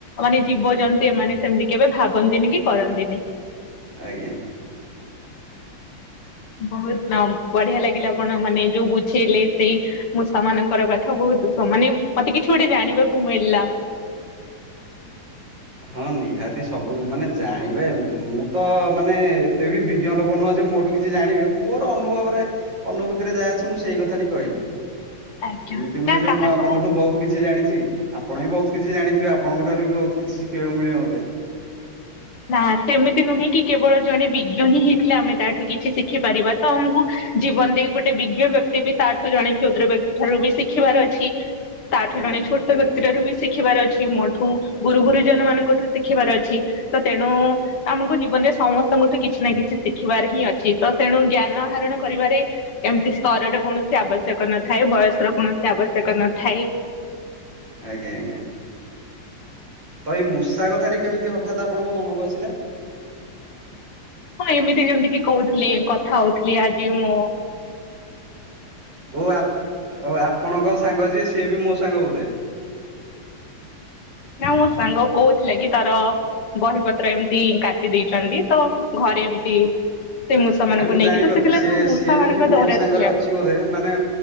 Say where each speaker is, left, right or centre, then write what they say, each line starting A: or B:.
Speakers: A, on the left; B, on the right.
A: ମାନେ ଜୀବଜନ୍ତୁ ଏମାନେ ସେମିତି କେବେ ଭାବନ୍ତିନି କି କରନ୍ତିନି।
B: ଆଜ୍ଞା।
A: ବହୁତ ବଢିଆ ଲାଗିଲା ଆପଣ ମାନେ ଯୋଉ ବୁଝେଇଲେ ସେଇ ମୁଁ ସେମାନଙ୍କର କଥା ବହୁତ ମାନେ ମତେ କିଛି ଗୋଟେ ଜାଣିବାକୁ ମିଳିଲା।
B: ହଁ ନିହାତି ସବୁ ମାନେ ଜାଣିବେ ମୁଁ ତ ମାନେ ଏତେ ବି ବିଜ୍ଞ ଲୋକ ନୁହଁ ଯେ ମୋଠୁ କିଛି ଜାଣିବେ ମୋର ଅନୁଭବରେ ଅନୁଭୂତିରେ ଯାହା ଅଛି ମୁଁ ସେଇ କଥାଟି କହିଲି।
A: ଆଜ୍ଞା
B: ଏମିତି ନୁହେଁ
A: ନା
B: ଯେ
A: କାହାଠୁ
B: ମୁଁ ଆପଣଙ୍କଠୁ ବହୁତ କିଛି ଜାଣିଛି। ଆପଣ ବି ବହୁତ କିଛି ଜାଣିଥିବେ ଆପଣଙ୍କ ଠାରୁ ବି ବହୁତ। କିଛି ଶିଖିବାକୁ ମିଳିବ ମୋତେ।
A: ନା ସେମିତି ନୁହେଁ କି କେବଳ ଜଣେ ବିଜ୍ଞ ହିଁ ହେଇଥିଲେ ଆମେ ତାଠୁ କିଛି ଶିଖି ପାରିବା ତ ଆମକୁ ଜୀବନ ଦେଇ ଗୋଟେ ବିଜ୍ଞ ବ୍ୟକ୍ତି ବି ତାଠୁ ଜଣେ କ୍ଷୁଦ୍ର ବ୍ୟକ୍ତି ଠାରୁ ବି ଶିଖିବାର ଅଛି। ତାଠୁ
B: ଆଜ୍ଞା।
A: ଜଣେ ଛୋଟ ବ । ସେଠୁ ବି ଶିଖିବାର ଅଛି ମୋ ଠୁ ଗୁରୁ ଗୁରୁଜନ ମାନଙ୍କଠୁ ଶିଖିବାର ଅଛି। ତ ତେଣୁ ଆମକୁ ଜୀବନରେ ସମସ୍ତଙ୍କଠୁ କିଛି ନା କିଛି ଶିଖିବାର ହିଁ ଅଛି ତ ତେଣୁ ଜ୍ଞାନ ଆରଣ କରିବାରେ ଏମତି ସ୍ତରର କୌଣସି ଆବଶ୍ୟକ ନଥାଏ ବୟସ ର କୌଣସି ଆବଶ୍ୟକ ନଥାଏ।
B: ଆଜ୍ଞା ଆଜ୍ଞା। ତ ଏଇ ମୂଷା କଥା ଟି କେମିତି ହଠାତ ଆପଣଙ୍କ ମନକୁ ଆସିଲା ।
A: ହଁ ଏମିତି ଯେମିତି କି କହୁଥିଲି କଥା ହଉଥିଲି ଆଜି ମୁଁ।
B: ଓ ଆପ ଆପଣଙ୍କ ସାଙ୍ଗ ଯିଏ ସିଏ ବି ମୋ। ସଙ୍ଗ ବୋଧେ।
A: ନା ମୋ ସାଙ୍ଗ କହୁଥିଲା କି ତାର ବହିପତ୍ର ଏମିତି କାଟି ଦେଇେଇଛନ୍ତି ତ ଘରେ ଏମିତି। ସେ ମୂଷା ମାନଙ୍କୁ
B: ନାଇଁ ମୁଁ
A: ନେଇକି
B: ଜାଣିପାରୁଛି
A: ତ ସେଥିଲାଗି
B: ସେ
A: ନା ମୂଷା
B: ସିଏ ବି
A: ମାନଙ୍କ ଦୌରା
B: ମୋ ସାଙ୍ଗରେ
A: ଥିଲା।
B: ଅଛି ବୋଧେ ମାନେ